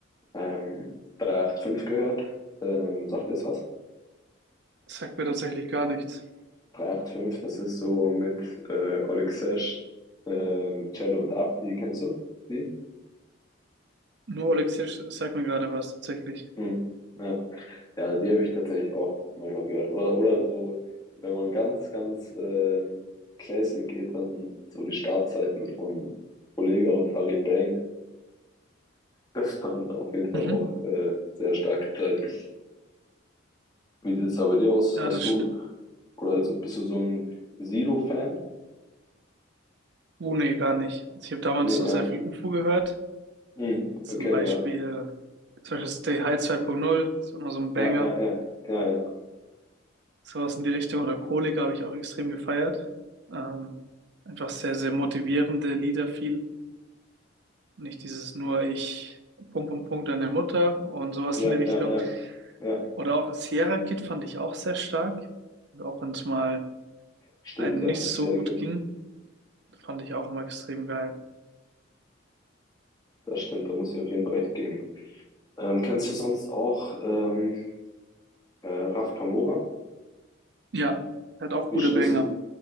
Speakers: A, on the left (about 20°); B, on the right (about 55°).
A: ähm, 385 gehört. Ähm, sagt ihr es was?
B: Das sagt mir tatsächlich gar nichts.
A: drei acht fünf das ist so mit äh, Oleg Sesh, ähm, Cello und Abdi, kennst du die?
B: Nur Oleksiy sagt mir gerade was tatsächlich.
A: Hm. Ja. Ja, die habe ich tatsächlich auch manchmal gehört. Oder, oder so, wenn man ganz, ganz ähm, Classic geht, dann so die Startzeiten von Olega und Farid Bang. Das waren auf jeden Fall
B: Mhm.
A: auch äh, sehr starke Zeiten. Wie sieht es da bei dir aus?
B: Ja,
A: Hast
B: das
A: du,
B: stimmt.
A: oder also bist du so ein Sido-Fan?
B: Oh, nee, gar nicht. Also ich habe damals
A: Nee, gar
B: noch sehr
A: nicht.
B: viel UFO gehört.
A: Mhm.
B: Zum
A: Okay,
B: Beispiel,
A: ja.
B: zum Beispiel Stay High 2.0, das war immer so ein
A: Ja,
B: Banger.
A: ja, ja, ja, ja.
B: Sowas in die Richtung. Oder Kollega habe ich auch extrem gefeiert. Ähm, einfach sehr, sehr motivierende Lieder viel. Nicht dieses nur ich Punkt, Punkt, Punkt deine Mutter und sowas
A: Ja,
B: in die Richtung.
A: ja, ja. Ja,
B: Oder auch Sierra Kid fand ich auch sehr stark. Auch wenn es mal
A: stimmt,
B: einem
A: ja.
B: nicht so
A: Serial
B: gut
A: Kid.
B: ging, fand ich auch immer extrem geil.
A: Das stimmt, da muss ich auf jeden Fall recht geben. Ähm, kennst du sonst auch ähm, äh, Raf Kamora?
B: Ja, der hat auch
A: Wie
B: gute
A: stehst
B: Banger.
A: du,